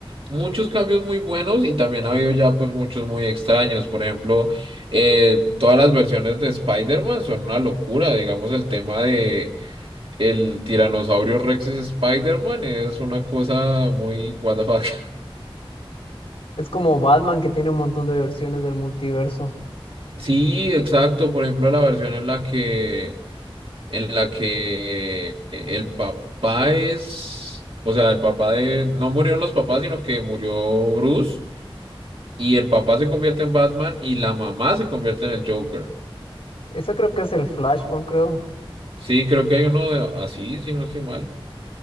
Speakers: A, on the right (about 70°); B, on the left (about 85°).
A: muchos cambios muy buenos y también ha habido ya pues muchos muy extraños. Por ejemplo, eh, todas las versiones de Spider-Man son una locura, digamos, el tema de El tiranosaurio Rex es Spider-Man es una cosa muy what the fuck. <laughs>
B: Es como Batman que tiene un montón de versiones del multiverso.
A: Sí, exacto. Por ejemplo, la versión en la que en la que el papá es, o sea, el papá de no murieron los papás, sino que murió Bruce y el papá se convierte en Batman y la mamá se convierte en el Joker.
B: Eso creo que es el Flashpoint, creo.
A: Sí, creo que hay uno de- así, si no estoy mal.